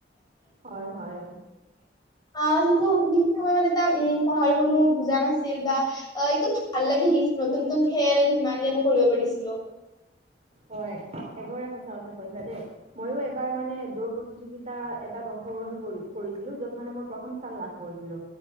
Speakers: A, on the right (about 35°); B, on the left (about 25°).
A: হয়, হয়।
B: অ সেইটো সেইখিনি সময় মানে ত উম পঢ়াৰ কোনো বুজা নাছিল বা অ একদম ভাল লাগি গেচি নতুন-নতুন খেল ধেমালি আমি কৰিব পাৰিছিলো।
A: হয়, একদৰে সঁচা কথা কৈছা দেই। ময়ো এবাৰ মানে দৌৰ প্ৰতিযোগিতা এটাত অংশগ্ৰহণ কৰি কৰিছিলো, যত মানে মই প্ৰথম স্থান লাভ কৰিছিলো